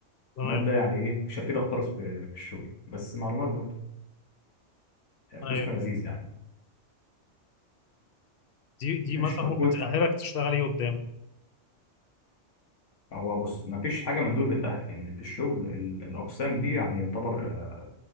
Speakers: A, on the left; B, on the left.
A: تمام
B: مادة يعني إيه مش هتفيدك خالص في في الشغل بس معلومات برضه يعني
A: ايوه
B: قسم لذيذ يعني
A: دي دي
B: ماشي
A: مثلا
B: طب
A: ممكن
B: وأنت
A: تأهلك تشتغل ايه قدام
B: هو بص مفيش حاجة من دول بتأهل لأن في الشغل ال- الأقسام دي يعني يعتبر آه،